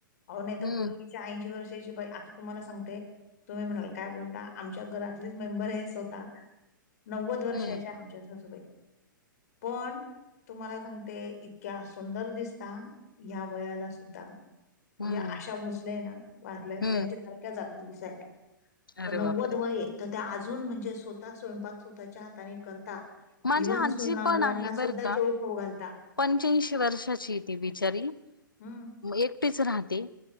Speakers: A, on the left; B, on the left.
A: आओ नाही तर
B: हम्म
A: पूर्वीच्या ऐंशी वर्षाची बाई आता तुम्हाला सांगते. तुम्ही म्हणाल काय बोलता आमच्या घरातलेच मेंबर आहे स्वतः नव्वद वर्षाच्या
B: हम्म
A: आमच्या सासूबाई पण तुम्हाला सांगते इत तक्या सुंदर दिसता या वयाला सुद्धा म्हणजे
B: हम्म
A: आशा भोसले हाय ना वारल्या
B: हम्म
A: त्यांच्यासारख्याचं अगदी दिसायला
B: अरे
A: नव्वद
B: बापरे
A: वय हे तर त्या अजून म्हणजे स्वतः स्वयंपाक स्वतःच्या हाताने करता.
B: माझी
A: इव्हन
B: आजी
A: सुना
B: पण
A: मुलांना
B: आहे
A: सुद्धा
B: बर का
A: जेवू खाऊ घालता
B: पंच्याऐंशी वर्षाची आहे ती बिचारी.
A: हम
B: म एकटीच राहते